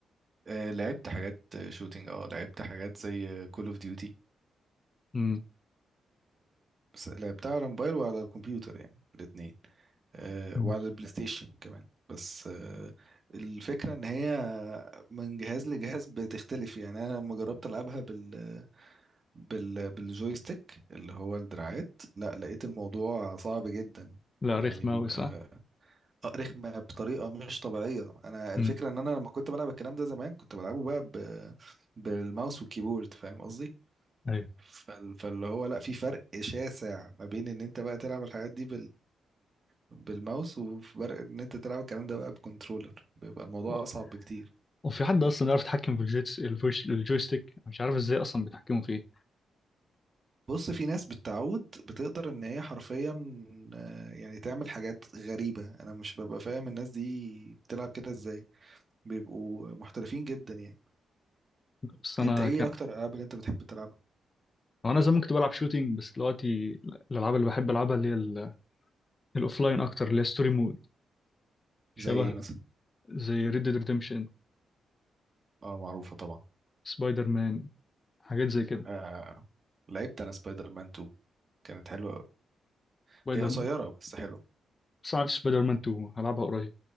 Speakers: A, on the right; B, on the left.
A: آه، لعبت حاجات شوتينج اه لعبت حاجات زي كول اوف ديوتي
B: مم.
A: لعبتها على الموبايل وعلى الكمبيوتر يعني الاتنين آه،
B: مم.
A: وعلى البلاي ستيشن كمان بس آه، الفكرة ان هي من جهاز لجهاز بتختلف يعني انا لما جربت العبها بال بال بالجويستيك اللي هو الدراعات لا لقيت الموضوع صعب جدا
B: لا
A: يعني
B: رخمة
A: بيبقى
B: أوي
A: رخمة بطريقة مش طبيعية انا الفكرة
B: امم
A: ان انا لما كنت بلعب الكلام ده زمان كنت بلعبه بقى ب... بالماوس والكيبورد فاهم قصدي
B: ايوه
A: فال- فاللي هو لا في فرق شاسع ما بين ان انت بقى تلعب الحاجات دي بالماوس وفي فرق ان انت تلعب الكلام ده بقى بكنترولر بيبقى الموضوع
B: و-
A: اصعب بكتير
B: وفي حد اصلا يعرف يتحكم في الجيتس الفوش الجويستيك مش عارف ازاي اصلا بيتحكموا فيه
A: بص في ناس بالتعود بتقدر ان هي حرفيا آه، يعني تعمل حاجات غريبة انا مش ببقى فاهم الناس دي بتلعب كده ازاي بيبقوا محترفين جدا يعني
B: بس انا
A: انت ايه
B: كان
A: اكتر الالعاب اللي انت بتحب تلعبها
B: انا زمان كنت بلعب شوتينج بس دلوقتي الالعاب اللي بحب العبها اللي هي ال- الاوفلاين اكتر اللي هي ستوري مود
A: زي
B: شبه
A: ايه مثلا
B: زي ريد ديد ريدمشن
A: اه معروفة طبعا
B: سبايدر مان حاجات زي كده
A: آه لعبت انا سبايدر مان 2 كانت حلوة أوي.
B: سبايدر
A: هي قصيرة
B: مان
A: بس حلوة
B: بس عارف سبايدر مان 2 هلعبها قريب